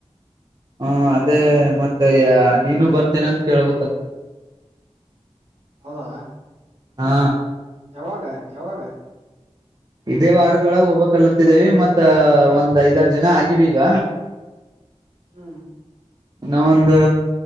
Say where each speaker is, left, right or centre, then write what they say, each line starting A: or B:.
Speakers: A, on the right; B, on the right.
A: ಹಾ ಅದೇ ಮತ್ತೆ ಯ ನೀನು ಬರ್ತೇನೊ ಅಂತ ಕೇಳ್ಬೇಕಂತ
B: ಅವಾ
A: ಹಾ
B: ಯಾವಾಗ ಯಾವಾಗ?
A: ಇದೇ ವಾರದೊಳಗೆ ಹೋಗಬಕ್ಲತ್ತಿದ್ದೀವಿ ಮತ್ತ ಒಂದ್ ಐದಾರು ಜನ ಆಗಿವಿ ಈಗ.
B: ಹ್ಮ್
A: ಇನ್ನ ಒಂದು